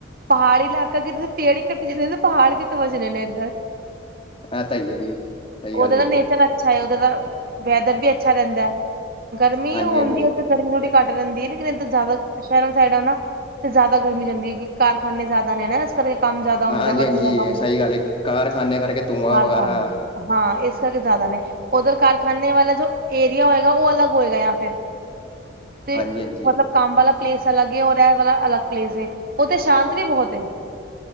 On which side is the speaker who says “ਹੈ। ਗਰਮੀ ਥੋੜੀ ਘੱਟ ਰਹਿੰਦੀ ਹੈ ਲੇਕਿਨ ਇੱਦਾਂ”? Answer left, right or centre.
Right